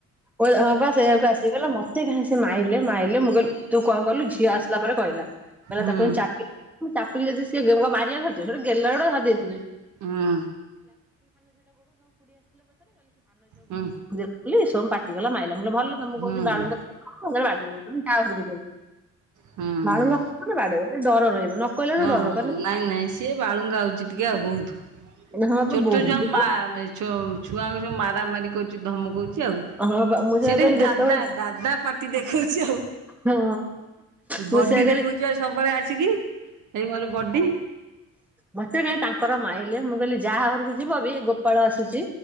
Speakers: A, in the centre; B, on the right.
A: ଓଏ ହଁ ବା ସେଇୟାକୁ ଆସିକି କହିଲା ମତେ କାହିଁ ସେ ମାଇଲେ ମାଇଲେ ମୁଁ କଇଲି ତୁ କଣ କଲୁ ଝିଅ ଆସିଲା ପରେ କହିଲା। କହିଲା
B: ହୁଁ
A: ତାକୁ ଏମିତି ଚାପିକି ଚାପକି ଯଦି ସିଏ କଣ ମାରିବାକୁ ଧରିିଥିବେ ସେଟୁ ଗେଲ ଆଡୁଆ ଧରି ଦେଇଥିବେ।
B: ହୁଁ ହୁଁ
A: <inaudible> ବୋଲି ସୋମ ପାଟିଗଲା ମାଇଲା ମୁଁ କହିଲି ଭଲ ତ ମୁଁ
B: ହୁଁ
A: କହୁଛି ବାଳୁଙ୍ଗା
B: ହୁଁ
A: ଯେତେବେଳେ ହବ ସେତେବେଳେ ବାଡେଇବ <unintelligible>
B: ହୁଁ ହୁଁ।
A: ବାଳୁଙ୍ଗା ହେଲେ ବାଡେଇବ ଟିକେ ଡର ରହିବ ନ କହିଲା
B: ହଁ
A: ଠୁ ଡର କାରଣ
B: ହଁ ନାଇଁ ନାଇଁ ସିଏ ବାଳୁଙ୍ଗା ହଉଛି ଟିକେ ଆଉ ବହୁତ୍
A: ହଁ ବାପା
B: ଛୋଟ
A: ବୋହୂ
B: ଛୁଆ
A: ଟି
B: ମା
A: ତ
B: ଛୁଆଙ୍କୁ ସବୁ ମାରାମାରି କରୁଚି ଧମକଉଚି ଆଉ।
A: ହଁ ବାପା ମୁଁ ସେଇଆ
B: ସେଇଟା
A: କହିଲି ଯେତେବେଳେ
B: ଦାଦା ଦାଦା ପାଟି ଦେଖଉଛି ଆଉ।
A: ହଁ ମୁଁ
B: ବଡି
A: ସେଇଆ କଇଲି।
B: <inaudible> ସବୁବେଳେ ଆସିକି ହେଇ ମୋର ବଡି।
A: ମତେ କାଇଁ ତାଙ୍କର ମାଇଲେ ମୁଁ କହିଲି ଯାହା ଘରକୁ ଯିବ ବି ଗୋପାଳ ଆସୁଚି